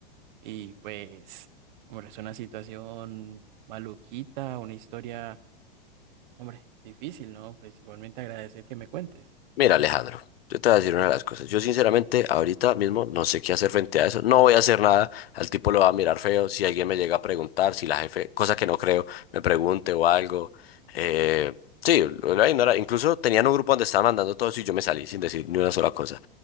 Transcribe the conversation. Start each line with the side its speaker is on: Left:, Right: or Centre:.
Right: Y pues, hombre, es una situación maluquita, una historia, hombre, difícil, ¿no? Pues igualmente agradecer que me cuentes.
Left: Mira, Alejandro, yo te voy a decir una de las cosas. Yo sinceramente ahorita mismo no sé qué hacer frente a eso. No voy a hacer nada. Al tipo lo va a mirar feo. Si alguien me llega a preguntar, si la jefe, cosa que no creo, me pregunte o algo. eh, sí, lo voy a ignorar. Incluso tenían un grupo donde estaban mandando todo eso y yo me salí sin decir ni una sola cosa.